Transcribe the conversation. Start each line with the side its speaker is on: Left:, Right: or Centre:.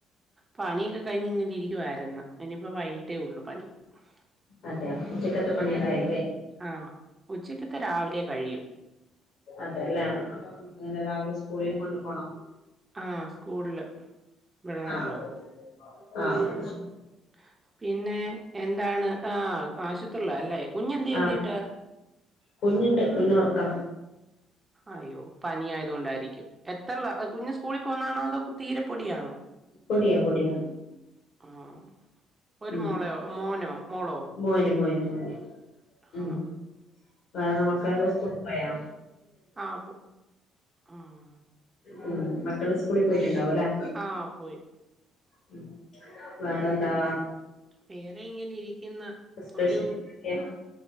Right: പണിയൊക്കെ കഴിഞ്ഞ് ഇങ്ങനിരിക്കുവായിരുന്നു ഇനിയിപ്പോ വൈകിട്ടേ ഉള്ളു പണി <inaudible>
Left: അതയോ ഉച്ചക്കത്ത പണിയെല്ലാം ആയ
Right: ആഹ് ഉച്ചക്കത്തെ രാവിലെ കഴിയും
Left: അതെല്ലേ ആഹ് ആഹ് എങ്ങനെ രാവിലെ സ്കൂളില് കൊണ്ട് പോണോ
Right: ആഹ് സ്കൂളില് വിടണല്ലോ
Left: ആഹ് ആഹ്
Right: ഉം പിന്നെ എന്താണ് ആഹ് ആശുപത്രിള അല്ലേ കുഞ്ഞ് എന്ത്യാ
Left: ആഹ്
Right: എന്നീട്ട്
Left: കുഞ്ഞുണ്ട് കുഞ്ഞുറക്ക
Right: അയ്യോ പനി ആയത് കൊണ്ടായിരിക്കും എത്രള്ള കുഞ്ഞ് സ് സ്കൂളിൽ പോവുന്നതാണോ അതോ തീരെ പൊടിയാണോ
Left: പൊടിയാ പൊടിയാ
Right: ആഹ് ഒരു
Left: ഉം
Right: മോളയോ മോനോ മോളോ
Left: മോന് മോന് മോന് ഉം
Right: ആ.
Left: വേറെ മക്കളെല്ലാം സ്കുളിൽപോയോ
Right: ആഹ് പോയി ആഹ്
Left: ഉം മക്കള് സ്കൂളി പോയിട്ടുണ്ടാവും അല്ലേ
Right: ആഹ് പോയി
Left: ഉം വേറെന്താ
Right: വേറെയിങ്ങനെയിരിക്കുന്ന്
Left: സ്പെഷ്യൽ
Right: ഒരു
Left: ഒക്കെ